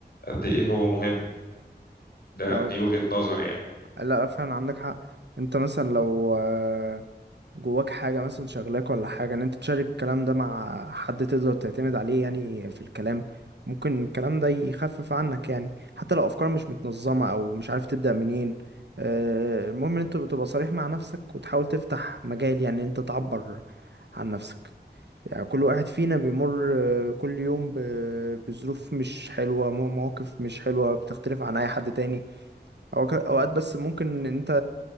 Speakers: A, on the left; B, on the right.
A: قد ايه هو مهم ده
B: لا
A: دي وجهة نظري يعني
B: لا فعلا عندك حق انت مثلا لو آه، جواك حاجة مثلا شغلاك ولا حاجة ان انت تشارك الكلام ده مع حد تقدر تعتمد عليه يعني في الكلام ممكن الكلام ده يخفف عنك يعني حتى لو افكار مش متنظمة او مش عارف تبدأ منين آه، المهم ان انت بتبقى صريح مع نفسك وتحاول تفتح مجال يعني ان انت تعبر عن نفسك يعني كل واحد فينا بيمر آه، كل يوم ب- بظروف مش حلوة مو- مواقف مش حلوة بتختلف عن اي حد تاني أو- اوقات بس ممكن انت